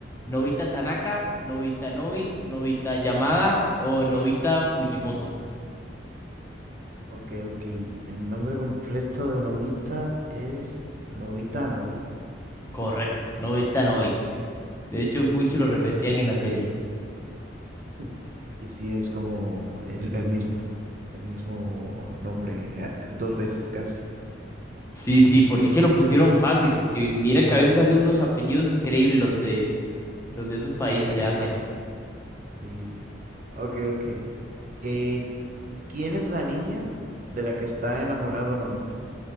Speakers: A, on the left; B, on the right.
A: Novita Tanaka, Novita Novi, Novita Yamada o Novita Fujimoto.
B: Ok, ok. El nombre completo de Nobita es Nobita Novi.
A: Correcto, Novita Novi. De hecho, muchos lo repetían en la serie.
B: <laughs> Y sí, es como el, el mismo, el mismo nombre, eh, dos veces casi.
A: Sí, sí, por dicha
B: Ok,
A: lo pusieron fácil, porque mira que a veces hacen unos apellidos increíbles los de los de esos países
B: <laughs> El
A: de Asia.
B: Jap- Sí, ok, ok. Eh, ¿quién es la niña de la que está enamorado Nobita?